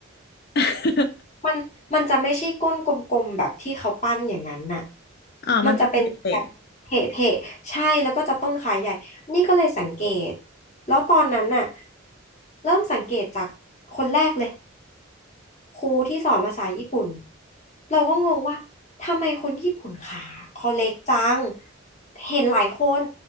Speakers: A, on the left; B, on the left.
A: <laughs>
B: มันมันจะไม่ใช่ก้นกลมๆแบบที่เขาปั้นอย่างนั้นน่ะ
A: อ่ามันจะเละ
B: มันจะเป็นแบบเพะเพะใช่แล้วก็จะต้นขาใหญ่ นี่ก็เลยสังเกต แล้วตอนนั้นน่ะเริ่มสังเกตจากคนแรกเลย ครูที่สอนภาษาญี่ปุ่นเราก็งงว่าทำไมคนญี่ปุ่นขาเขาเล็กจังเห็นหลายคน